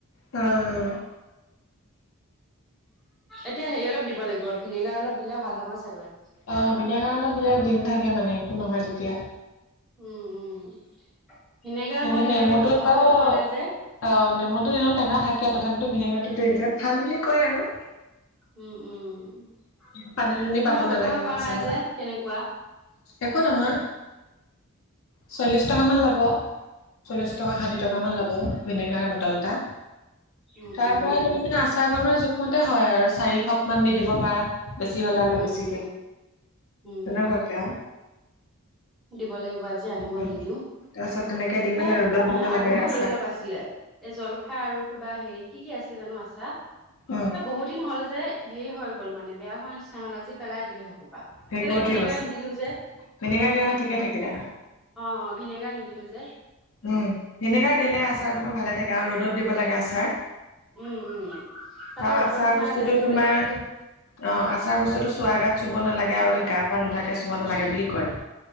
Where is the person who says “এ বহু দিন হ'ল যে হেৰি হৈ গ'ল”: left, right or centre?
Centre